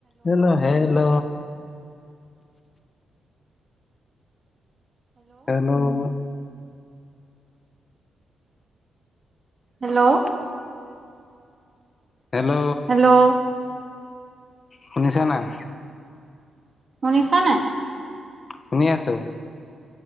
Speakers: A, on the left; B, on the right.
A: Hello! Hello! Hello!
B: Hello!
A: <inaudible> Hello!
B: Hello!
A: শুনিছা নাই?
B: শুনিছা নাই?
A: শুনি আছো।